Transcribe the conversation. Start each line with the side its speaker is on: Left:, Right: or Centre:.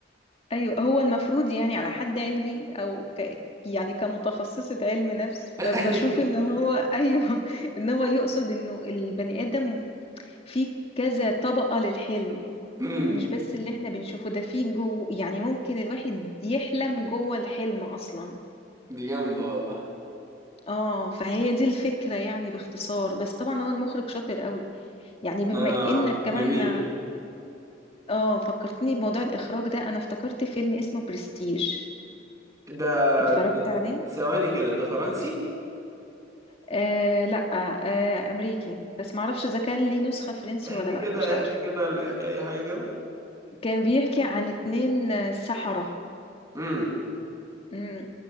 Left: ايوه هو المفروض يعني على حد علمي او ك... يعني كمتخصصة علم نفس
Right: <laughs>
Left: فبشوف ان هو ايوه <laughs> ان هو يقصد انه البني ادم فيه كذا طبقة للحلم
Right: امم
Left: مش بس اللي احنا بنشوفه ده فيه جو يعني ممكن الواحد يحلم جوه الحلم اصلا
Right: دي جامدة والله
Left: اه فهي دي الفكرة يعني باختصار بس طبعا هو المخرج شاطر قوي يعني بما
Right: ده انا
Left: انك كمان
Right: ده مين
Left: اه فكرتني بموضوع الاخراج ده انا افتكرت فيلم اسمه برستيج
Right: ده
Left: اتفرجت
Right: ده-
Left: عليه
Right: ثواني كده ده فرنسي
Left: آه لا آه امريكي بس معرفش اذا كان ليه نسخة فرنسي
Right: احكي
Left: ولا لا
Right: كده
Left: مش عارف
Right: احكي كده احكي اي حاجة كده
Left: كان بيحكي عن اتنين آه، سحرة
Right: امم
Left: مم.